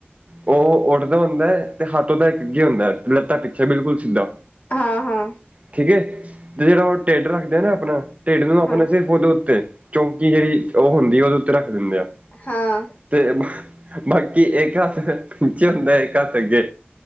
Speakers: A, on the right; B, on the left.
A: ਉਹ ਉੱਡਦਾ ਹੁੰਦਾ ਹੈ। ਤੇ ਹੱਥ ਉਦਾ ਇੱਕ ਹੁੰਦਾ ਹੈ, ਲੱਤਾ ਪਿੱਛੇ ਬਿਲਕੁਲ ਸਿੱਧਾ।
B: ਹਾਂ- ਹਾਂ।
A: ਠੀਕ ਐ, ਤੇ ਜਿਹੜਾ ਉਹ ਢਿੱਡ ਰੱਖਦਾ ਨਾ ਆਪਣਾ। ਢਿੱਡ ਨੂੰ ਆਪਣੇ
B: ਹਾਂ
A: ਸਿਰਫ ਉਹਦੇ ਉੱਤੇ। ਚੌਂਕੀ ਜਿਹੜੀ ਉਹ ਹੁੰਦੀ। ਉਹਦੇ ਉੱਤੇ ਰੱਖ ਦਿੰਦੇ ਆ।
B: ਹਾਂ।
A: ਤੇ ਬਾਕੀ ਇੱਕ ਪਿੱਛੇ ਹੁੰਦਾ, ਇੱਕ ਹੱਥ ਅੱਗੇ।